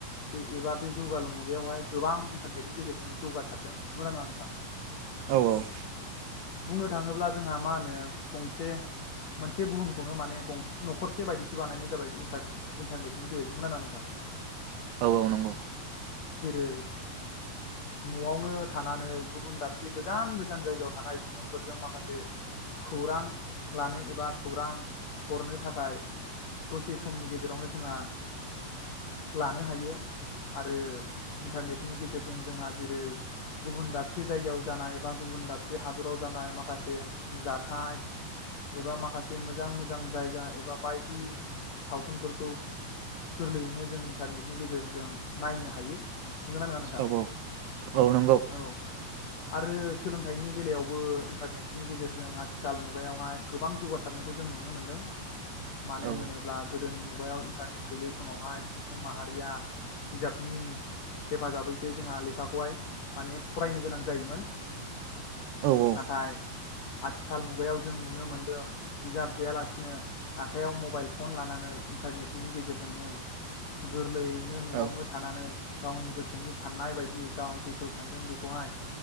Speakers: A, on the left; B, on the right.
A: बे एबा बे जौगालु मुगायावहाय गोबां इन्टारनेटनि गेजेरजों जौगासारदों। नंगौना नङा नोंथां?
B: औ औ।
A: बुंनो थाङोब्ला जोंहा मा होनो गंसे मोन से बुहुमखौनो माने गंसे न'खरसे बायदिसो बानायनाय जाबाय इन्टारनेटनि जोहै। नंगौना नङा नोथां?
B: औ औ नंगौ
A: जेरै न'आवनो थानानै गुबुन दाबसे गोजान गोजान जायगायाव थानाय सुबुंफोरजों माखासे खौरां लानो एबा खौरां हरनो थाखाय दसे समनि गेजेरावनो जोंहा लानो हायो। आरो इन्टारनेटनि गेजेरजों जोंहा जेरै गुबुन दाबसे जायगायाव जानाय बा गुबुन दाबसे हादराव जानाय माखासे एबा माखासे मोजां मोजां जायगा एबा बायदि सावथुनफोरखौ गोरलैयैनो जों इन्टारनेटनि गेजेरजों नायनो हायो। नोंगोना नोङा नोंथां?
B: औ औ नंगौ
A: औ आरो सोलोंथाइनि बेलायाव बो इन्टारनेटनि गेजेरजों आथिखाल मुगायावहाय गोबां जौगासारनायखौ जों नुनो मोन्दों। मानो
B: औ
A: होनोब्ला गोदोनि मु गायाव इन्टारनेट गैयै समावहाय सुबुं माहारिया बिजाबनि हेफाजाबैसो जोंहा लेखाखौहाय माने फरायनो गोनां जायोमोन।
B: औ औ
A: नाथाय आथिखाल मुगायाव जों नुनो मोनदों बिजाब गैयालासिनो आखायाव मबाइल फन लानानै इन्टारनेटनि गेजेरजोंहै गोरलै बिदिनो न'आवनो
B: औ
A: थानानै गावनि गोसोनि साननाय बायदि गाव जेखौ सानदों बेखौहाय